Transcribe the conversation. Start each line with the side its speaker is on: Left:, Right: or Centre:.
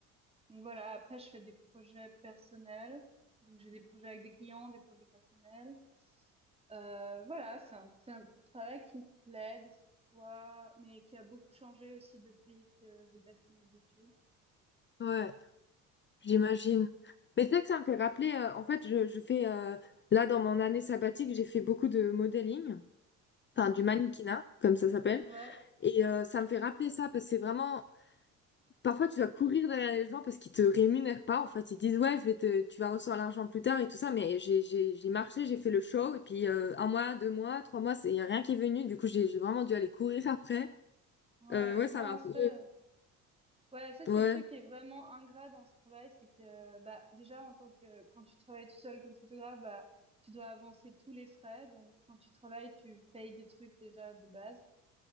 Right: donc voilà. Après, je fais des projets personnels. Donc, j'ai des projets avec des clients, des projets personnels. Euh, voilà, c'est un, c'est un travail qui me plaît des fois, mais qui a beaucoup changé aussi depuis que j'ai passé mes études.
Left: ouais. J'imagine. Mais c'est vrai que ça me fait rappeler, euh, en fait, je, je fais, euh, là, dans mon année sabbatique, j'ai fait beaucoup de modeling,
Right: Mhm.
Left: enfin, du mannequinat, comme ça s'appelle.
Right: Ouais,
Left: Et euh, ça me fait rappeler ça, parce que c'est vraiment, parfois, tu dois courir derrière les gens parce qu'ils te rémunèrent pas. En fait, ils disent, ouais, je vais te, tu vas recevoir l'argent plus tard et tout ça. Mais j'ai, j'ai, j'ai marché, j'ai fait le show, et puis euh, un mois, deux mois, trois mois, il y a rien qui est venu. Du coup, j'ai j'ai vraiment dû aller courir après.
Right: Ouais,
Left: Euh, ouais,
Right: non,
Left: ça m'a un
Right: ça,
Left: peu,
Right: ouais, ça c'est
Left: ouais.
Right: le truc qui est vraiment ingrat dans ce travail, c'est que bah déjà en tant que quand tu travailles tout seul comme photographe, bah tu dois avancer tous les frais, donc quand tu travailles, tu payes des trucs déjà de base.